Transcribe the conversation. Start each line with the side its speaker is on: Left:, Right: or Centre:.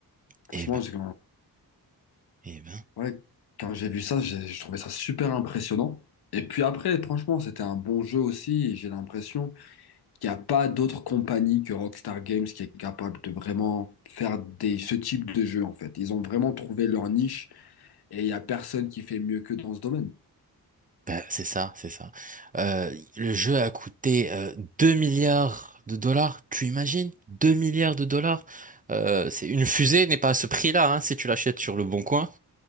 Right: Eh
Left: Franchement,
Right: ben,
Left: j'ai-
Right: eh ben.
Left: Ouais, quand j'ai vu ça, j'ai j'ai trouvé ça super impressionnant. Et puis après, franchement, c'était un bon jeu aussi. et J'ai l'impression qu'il n'y a pas d'autre compagnie que Rockstar Games qui est capable de vraiment faire des, ce type de jeu, en fait. Ils ont vraiment trouvé leur niche et il n'y a personne qui fait mieux que dans ce domaine.
Right: Bah, c'est ça, c'est ça. Euh, le jeu a coûté euh, 2 milliards de dollars, tu imagines? deux milliards de dollars? Euh, c'est une fusée n'est pas à ce prix-là, hein, si tu l'achètes sur le bon coin.